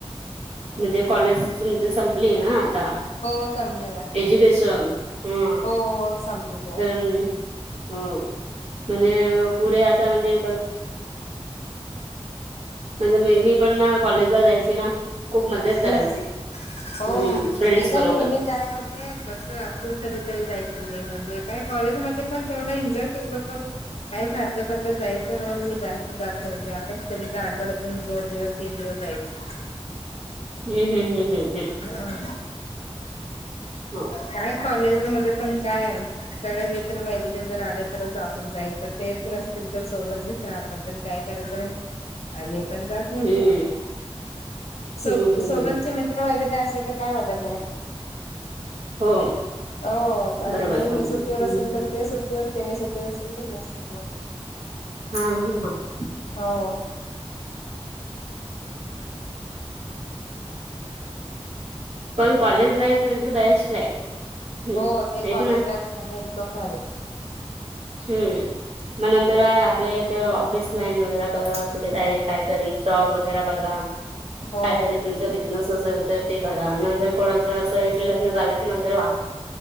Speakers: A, on the right; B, on the left.
A: म्हणजे कॉलेज म्हणजे संपली ना आता.
B: हो संपली ना
A: एज्युकेशन हा.
B: हो हो संपली ते
A: हो म्हणजे पुढे आता म्हणजे. म्हणजे म मी पण ना कॉलेजला जायची ना. खूप मजेत करायची
B: ना
A: हम्म
B: हो
A: फ्रेंड्स
B: मी काय
A: बरोबर
B: नेहमी जात ना ते कस तू कधीतरी जायची नाही म्हणजे काय कॉलेजमध्ये पण तेवढा एन्जॉय केलं पण काय सारखं सारखं जायचं म्हणून मी जास्त जात नव्हते असचं कधी तरी आठवडयातुन दोन दिवस ते दिवस जायचे.
A: हम् हम हम् हम हम
B: हो
A: हो.
B: काय कॉलेज मध्ये पण काय सगळे मित्र मैत्रीनी जर आले तरच आपण जायचं तेच नसतील सोबत आपण पण काय करायचं हे आम्ही पण जात
A: हम्म
B: नाही ते स
A: हम्म
B: सोबतचे
A: हम्म
B: मित्र मैत्रिणी असेल तर काय वाटत नाही.
A: हो
B: हो आणि
A: बरोबर सांगितलं
B: मी सुट्टीवर
A: हम्म
B: असल तर ते सुट्ट- सपटोबर तेनीस सप्टोबर सर
A: हम् हम् हम
B: हो
A: पण college life's the best life. हम्म
B: हो ते
A: हे
B: कॉलेज
A: का ना
B: लाईफ एकदम भारी
A: हम्म मग नंतर आहे आपल्या इथे ऑफिस लाईन वगैरे बघा कुठे जाईल काहीतरी जॉब वगैरे बघा.
B: हो
A: कायतरी तुमचं असचं तर ते बघा नंतर कोणाचं असं लग्न झालं की नंतर वा